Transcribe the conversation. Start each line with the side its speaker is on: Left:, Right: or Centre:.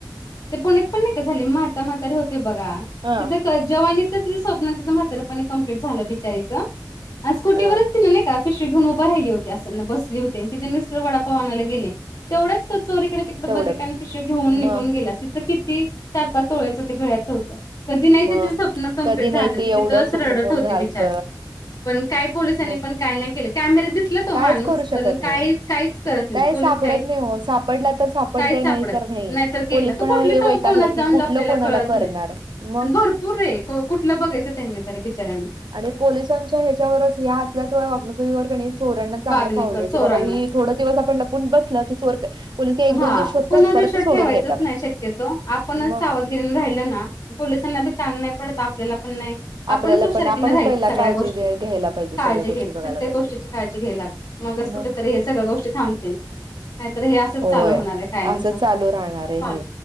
Left: ते पुण्यात पण नाही का झाले, म्हाता म्हातारी होते बघा.
Right: अं
Left: तिथं तर जवानीच तर तिचं स्वप्न म्हातारपणी कंप्लीट झालं बिचारीचं आणि स्कुटीवरच
Right: अं
Left: तिनं नाही का पिशवी घेऊन उभं राहिली होती असं बसली होती, आणि तिचे मिस्टर वडापाव आणायला गेले. तेवढ्यात तो चोर इकडे ति कडे बघितलं,
Right: तेवढ्यात
Left: आणि पिशवी घेऊन निघून
Right: म
Left: गेला. तिचं किती चार पाच तोळ्याचं ते गळ्यातलं होतं. कधी नाही
Right: म
Left: ते तिचं स्वप्न कंप्लीट
Right: कधी
Left: झालतं,
Right: नाही ते
Left: ती
Right: एवढं
Left: तिथंच
Right: स्वप्न
Left: रडत
Right: पूर्ण
Left: होती
Right: झालत
Left: बिचारी. पण काय पोलिसांनी
Right: मग
Left: पण काय नाही केलं. कॅमेर्यात दिसला तो माणूस
Right: कायच करू शकत
Left: पण काहीच
Right: नाही.
Left: काही करत नाही,
Right: काय
Left: पोलीस
Right: सापडत
Left: काहीच करत
Right: हो
Left: नाही.
Right: सापडला तर सापडतय
Left: काहीच सापडत
Right: तर
Left: नाही. नाहीच. तर गेला
Right: पोलीस पण
Left: तो कुठल्या
Right: हे वैतागल्यात
Left: कोणात
Right: की
Left: जावून
Right: कुठलं
Left: लपलेला
Right: कोणाला
Left: ते कळत
Right: करणार
Left: नाही.
Right: मग
Left: भरपूर आहे. कुठलं बघायचं त्यांनी तरी बिचार्यांनी.
Right: आणि पोलिसांच्या ह्याच्यावरच या असल्याचं वागणुकीवर कणी चोरांना चांगलं
Left: वागणेकर
Right: फावलंय. की
Left: चोरांनाच
Right: बाबा हि थोडं दिवस आपण लपून बसल की, चोर पोलीस एक
Left: हा
Right: दोन दिवस शोधतात.
Left: कुणावर
Right: परत
Left: विश्वास
Right: सोडून
Left: ठेवायचाच
Right: देतात.
Left: नाही शक्यतो आपणच
Right: मग
Left: सावधगिरीने राहिल ना, पोलिसांना बी ताण नाही पडत आपल्याला पण नाही. आपणच
Right: आपल्याला
Left: हुशारखीने
Right: पण आपणच
Left: राहायची,
Right: पहिला
Left: सगळ्या
Right: काळजी
Left: गोष्टी
Right: घ- घ्यायला पाहिजे
Left: काळजी
Right: सगळ्या गोष्टी
Left: घ्यायची.
Right: बघायला
Left: प्रत्येक
Right: पाहिजे.
Left: गोष्टीची काळजी घ्यायला मगच कुठं
Right: मग
Left: तरी हे सगळ्या गोष्टी थांबतील. नाहीतर हे असंच
Right: होय
Left: चालू होणार आहे कायमचं.
Right: असं चालू राहणार
Left: चालू.
Right: आहे हे.